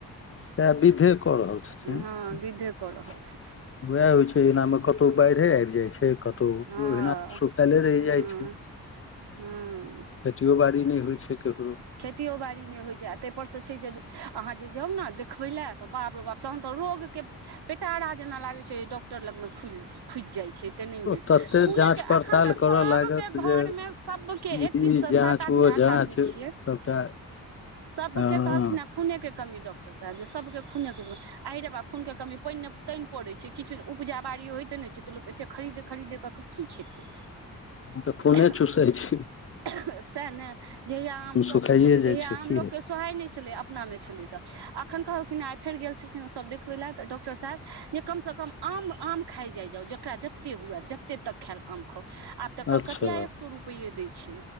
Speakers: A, on the left; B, on the right.
A: सैह विधे कऽ रहल छथिन <inaudible>
B: हँ विधे कऽ रहल छथिन
A: उहै होइ छै एनामे कतऔ बैढ़े ऐैब जाइ छै कतौ तो
B: हँ
A: ओहिना सुखले रैह
B: हँ
A: जाय छै <inaudible>
B: हँ
A: खेतियो बाड़ी नै होय छैय केकरो
B: खेतीयो बाड़ी नै होय छै आ तैय पर से छै जे अहाँ जे जाउ न देखबै लेए तऽ बाप रे बाप तहन तऽ रोगके पेटारा जेना लागै छै डॉक्टर लग मे खुलि खुइज जाय छै तेनैहीये
A: तते
B: खूनेक
A: जाँच पड़ताल
B: एखन तऽ
A: करय
B: सब
A: लागत
B: केँ
A: जे
B: घर मे सब केँ
A: ई
B: एक दिस
A: जाँच
B: सात आदमी
A: ओ
B: आठ
A: जाँच
B: आदमी
A: सभटा
B: छियै <inaudible> सब
A: हँ
B: केँ कहलखिन य खूने कऽ कमी डॉक्टर साहेब जे सब केँ खूने केँ कमी आय रे बा खून केँ कमी पाइन नै तैन पड़ै छै किछ उपजा बाड़ी होइते नै छै तऽ लोक एतेक खरीदे खरीदे कऽ की खेतै
A: तऽ खूने
B: <unintelligible>
A: चुसै छै
B: सेह न जहियाँ आम
A: सुखाइए
B: ओइ छै लै
A: जाइ
B: तहिया आम
A: की
B: लोक
A: हेतै
B: केँ सोहाय नै छेलै अपना मे छलै तऽ अखन कहलखिन आइ फेर गेल छलखिन सब देखबै लए तऽ डॉक्टर साहेब जे कम सँ कम आम आम खाइ जाइ जाउ जकरा जत्ते हुए जत्ते तक खाएल आम खाउ आब तऽ कलकतिया
A: अच्छा
B: एक सौ रुपैये दै छै